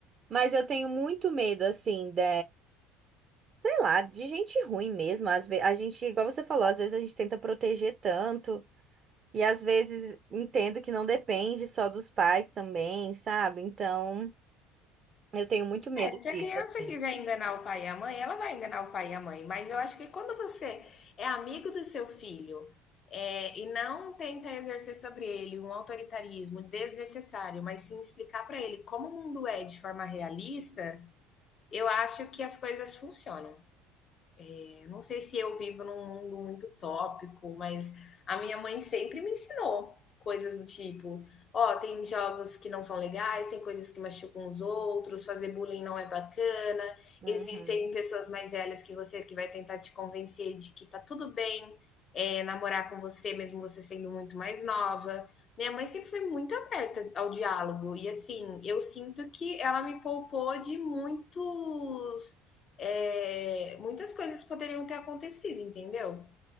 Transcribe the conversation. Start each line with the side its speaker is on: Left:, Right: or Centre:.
Right: mas eu tenho muito medo, assim, de, sei lá, de gente ruim mesmo. Às vezes, a gente, igual você falou, às vezes a gente tenta proteger tanto, e às vezes entendo que não depende só dos pais também, sabe? Então. Eu tenho muito medo
Left: É, se a
Right: disso,
Left: criança
Right: assim.
Left: quiser enganar o pai e a mãe, ela vai enganar o pai e a mãe. Mas eu acho que quando você é amigo do seu filho, é, e não tenta exercer sobre ele um autoritarismo desnecessário, mas sim explicar para ele como o mundo é de forma realista, eu acho que as coisas funcionam. É, não sei se eu vivo num mundo muito tópico, mas a minha mãe sempre me ensinou coisas do tipo: ó, tem jogos que não são legais, tem coisas que machucam os outros, fazer bullying não é bacana,
Right: Uhum.
Left: existem pessoas mais velhas que você que vai tentar te convencer de que tá tudo bem é, namorar com você, mesmo você sendo muito mais nova. Minha mãe sempre foi muito aberta ao diálogo, e assim, eu sinto que ela me poupou de muitos é, muitas coisas poderiam ter acontecido, entendeu?